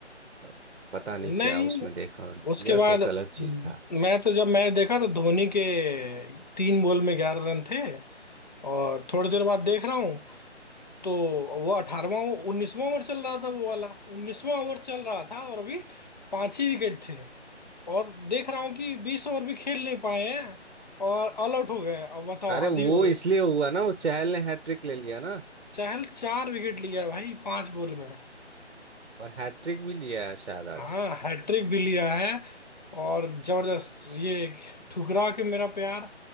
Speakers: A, on the right; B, on the left.
A: अब पता नहीं
B: नहीं
A: क्या उसमें देखा उन्होंने। डिविलियर्स
B: उसके बाद
A: एक अलग चीज
B: मैं
A: था
B: तो जब मैच देखा तो धोनी के तीन बॉल में ग्यारह रन थे और थोड़ी देर बाद देख रहा हूँ तो वो अठारहवां उन्नीसवां ओवर चल रहा था वो वाला उन्नीसवां ओवर चल रहा था और अभी पांच ही विकेट थे और देख रहा हूँ कि बीस ओवर भी खेल नहीं पाए हैं और ऑल आउट हो गए हैं। अब बताओ
A: अरे
B: हद
A: वो
B: ही हो गई
A: इसलिए हुआ ना वो चहल ने हैट्रिक ले लिया ना
B: चहल चार विकेट लिया है भाई पांच बॉल में
A: और हैट्रिक भी लिया है शायद आज
B: हाँ हैट्रिक भी लिया है और जबरदस्त ये ठुकरा के मेरा प्यार